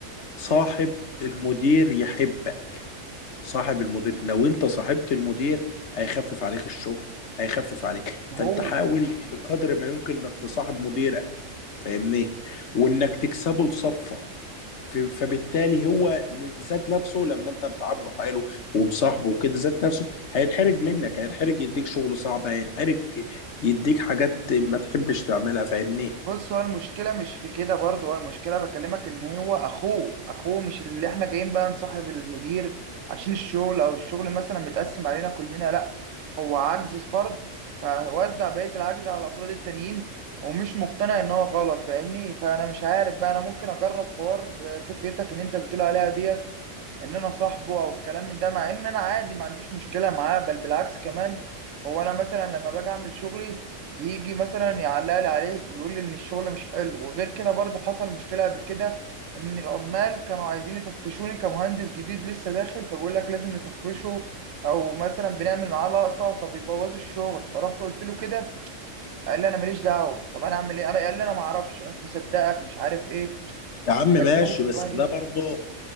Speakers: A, on the left; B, on the right.
A: صاحب
B: إيه؟
A: المدير يحبك صاحب المدير لو انت صاحبت المدير هيخفف عليك الشغل هيخفف عليك
B: ما
A: فانت
B: هو
A: حاول بقدر ما يمكن انك تصاحب مديرك فاهمني وانك تكسبه لصفك ف- فبالتالي هو من- ذات نفسه لما انت بتعامله حلو ومصاحبه وكده ذات نفسه هينحرج منك هينحرج يديك شغل صعب هينحرج يديك حاجات ما تحبش تعملها فاهمني
B: بص هو المشكلة مش في كده برضه هو المشكلة بكلمك إن هو أخوه أخوه مش اللي إحنا جايين بقى نصاحب المدير عشان الشغل أو الشغل مثلا متقسم علينا كلنا لأ هو عجز فرد فوزع بقية العجز على الأفراد التانيين ومش مقتنع إن هو غلط فاهمني فأنا مش عارف بقى أنا ممكن أجرب حوار فكرتك إن أنت بتقول عليها ديت ان انا صاحبه او الكلام من ده مع ان انا عادي ما عنديش مشكله معاه بل بالعكس كمان هو انا مثلا لما باجي اعمل شغلي بيجي مثلا يعلق لي عليه ويقول لي ان الشغل مش حلو وغير كده برضه حصل مشكله قبل كده ان العمال كانوا عايزين يطفشوني كمهندس جديد لسه داخل فبيقول لك لازم نطفشه او مثلا بنعمل معاه لقطه فبيبوظوا الشغل فرحت قلت له كده قال لي انا ماليش دعوه طب انا اعمل ايه انا قال لي انا ما اعرفش انا مش مصدقك مش عارف ايه
A: يا عم ماشي
B: أول الشغلانه
A: بس ده
B: دي
A: برضه